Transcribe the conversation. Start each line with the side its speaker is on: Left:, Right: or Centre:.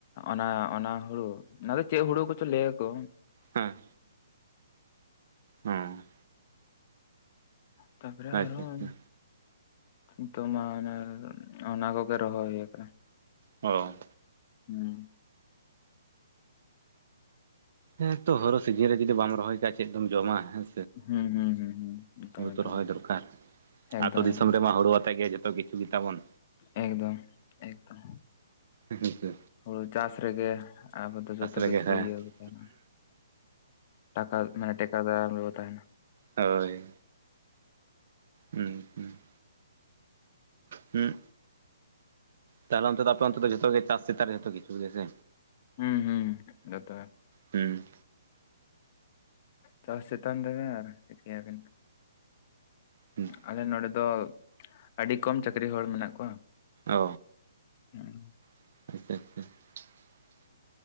Left: ᱚᱱᱟ ᱚᱱᱟ ᱦᱩᱲᱩ ᱟᱫᱚ ᱪᱮᱫ ᱦᱩᱲᱩ ᱠᱚᱪᱚ ᱞᱟᱹᱭ ᱭᱟᱠᱚ?
Right: ᱦᱮᱸ ᱦᱚᱸ
Left: ᱛᱟᱯᱚᱨᱮ
Right: ᱟᱪᱪᱷᱟ
Left: ᱟᱨᱦᱚᱸ
Right: ᱟᱪᱪᱷᱟ
Left: ᱱᱤᱛᱳ ᱢᱟ <inaudible> ᱚᱱᱟ ᱠᱚᱜᱮ ᱨᱚᱦᱚᱭ ᱦᱩᱭ ᱠᱟᱱᱟ
Right: ᱚᱻᱻ
Left: ᱦᱩᱸ
Right: ᱦᱮᱸ ᱛᱚ ᱦᱚᱨᱳ ᱥᱤᱡᱤᱱ ᱨᱮ ᱡᱩᱫᱤ ᱨᱚᱦᱚᱭ ᱠᱟᱜ ᱪᱮᱫ ᱫᱚᱢ ᱡᱚᱢᱟ ᱦᱮᱸ
Left: ᱦᱩᱸ ᱦᱩᱸ ᱦᱩᱸ ᱦᱩᱸ ᱮᱠᱫᱚᱢ
Right: <inaudible>
Left: ᱮᱠᱫᱚᱢ
Right: ᱨᱚᱦᱚᱭ ᱫᱚᱨᱠᱟᱨ
Left: ᱮᱠᱫᱚᱢ
Right: ᱟᱹᱛᱳ ᱫᱤᱥᱚᱢ ᱨᱮᱢᱟ ᱦᱳᱲᱳ ᱟᱛᱮ ᱜᱮ ᱡᱚᱛᱚ ᱠᱤᱪᱷᱩ ᱜᱮᱛᱟ ᱵᱚᱱ
Left: ᱮᱜᱽᱫᱚᱢ ᱮᱜᱽᱫᱚᱢ
Right: ᱮᱠᱟᱞ ᱛᱮ
Left: ᱦᱩᱲᱩ ᱪᱟᱥ ᱨᱮᱜᱮ ᱟᱵᱚ ᱫᱚ ᱡᱚᱛᱚ
Right: ᱨᱮᱜᱮ
Left: ᱠᱤᱪᱷᱩ
Right: ᱦᱮᱸ
Left: ᱤᱭᱟᱹ ᱛᱟᱸᱦᱮᱱᱟ ᱴᱟᱠᱟ ᱢᱟᱱᱮ ᱴᱮᱠᱟ ᱫᱟᱨᱟᱢ ᱨᱮᱵᱚ ᱛᱟᱸᱦᱮᱱᱟ
Right: ᱦᱳᱭ ᱦᱩᱸ ᱦᱩᱸ ᱦᱩᱸᱜ ᱛᱟᱦᱚᱞᱮ ᱚᱱᱛᱮ ᱫᱚ ᱟᱯᱮ ᱚᱱᱛᱮ ᱫᱚ ᱡᱷᱚᱛᱚ ᱜᱮ ᱪᱟᱥ ᱪᱮᱛᱟᱱ ᱨᱮᱜᱮ ᱡᱷᱚᱛᱚ ᱠᱤᱪᱷᱩ ᱜᱮ ᱥᱮ
Left: ᱦᱩᱸ ᱦᱩᱸ ᱡᱷᱚᱛᱚ ᱜᱮ
Right: ᱦᱩᱸ
Left: ᱪᱟᱥ ᱪᱮᱛᱟᱱ ᱨᱮᱜᱮ ᱟᱨ ᱪᱤᱠᱟᱹ ᱟᱞᱮ
Right: ᱦᱩᱸ
Left: ᱟᱞᱮ ᱱᱚᱰᱮ ᱫᱚ ᱟᱹᱰᱤ ᱠᱚᱢ ᱪᱟᱹᱠᱨᱤ ᱦᱚᱲ ᱢᱮᱱᱟᱜ ᱠᱚᱣᱟ
Right: ᱚ
Left: ᱦᱩᱸ
Right: <unintelligible>